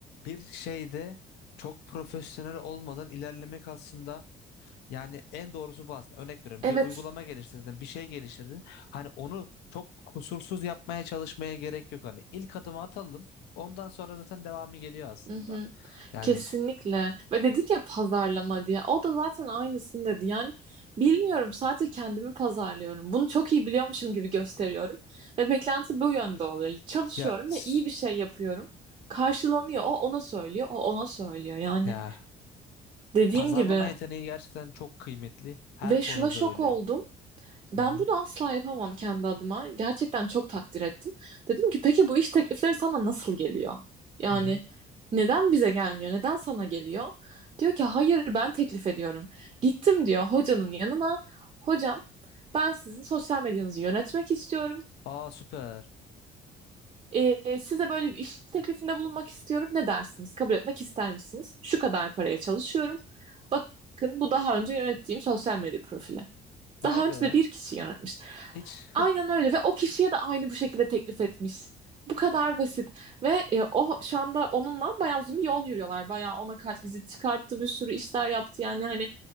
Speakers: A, on the left; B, on the right.
A: bir şeyde çok profesyonel olmadan ilerlemek aslında Yani en doğrusu bu aslında. Örnek veriyorum
B: Evet.
A: bir uygulama geliştirdin, bir şey geliştirdin. Hani onu çok kusursuz yapmaya çalışmaya gerek yok. Hani ilk adımı atalım. Ondan sonra zaten devamı geliyor aslında.
B: Mhm.
A: Yani
B: Kesinlikle. Ve dedin ya pazarlama diye. O da zaten aynısını dedi. Yani bilmiyorum sadece kendimi pazarlıyorum. Bunu çok iyi biliyormuşum gibi gösteriyorum. Ve beklenti bu yönde oluyor. Çalışıyorum
A: ya s-
B: ve iyi bir şey yapıyorum. Karşılanıyor. O ona söylüyor. O ona söylüyor. Yani
A: ya
B: dediğim
A: pazarlama
B: gibi
A: yeteneği gerçekten çok kıymetli. Her
B: ve
A: konuda
B: şuna şok
A: öyle.
B: oldum. Ben
A: Hı hı.
B: bunu asla yapamam kendi adıma. Gerçekten çok takdir ettim. Dedim ki peki bu iş teklifleri sana nasıl geliyor? Yani
A: Hı hı.
B: neden bize gelmiyor? Neden sana geliyor? Diyor ki hayır ben teklif ediyorum. Gittim diyor hocanın yanına. Hocam ben sizin sosyal medyanızı yönetmek istiyorum.
A: Aa süper.
B: Ee, size böyle bir iş teklifinde bulunmak istiyorum. Ne dersiniz? Kabul etmek ister misiniz? Şu kadar paraya çalışıyorum. Bakın bu daha önce yönettiğim sosyal medya profili.
A: Vay
B: Daha
A: be.
B: önce de bir kişi yönetmiş.
A: Hiç
B: Aynen öyle ve o kişiye de aynı bu şekilde teklif etmiş. Bu kadar basit ve e, o şu anda onunla bayağı uzun bir yol yürüyorlar. Bayağı ona kartvizit çıkarttı, bir sürü işler yaptı. Yani hani